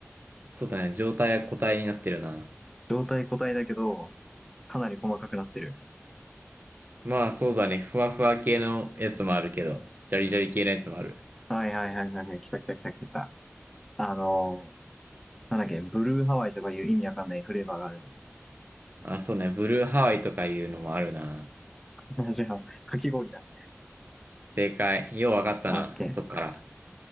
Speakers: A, on the right; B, in the centre.
A: そうだね。状態や固体になってるな。
B: 状態個体だけど、かなり細かくなってる。
A: まあそうだね。ふわふわ系のやつもあるけど、ジャリジャリ系のやつもある。
B: はいはいはいはいはい。来た来た来た来た来た。あのー、なんだっけ、ブルーハワイとかいう意味わかんないフレーバーがある。
A: まあ、そうね。ブルーハワイとかいうのもあるな。
B: <laughs> じゃあ、かき氷だ。
A: 正解。ようわかったな。
B: あオッケー。
A: そっから。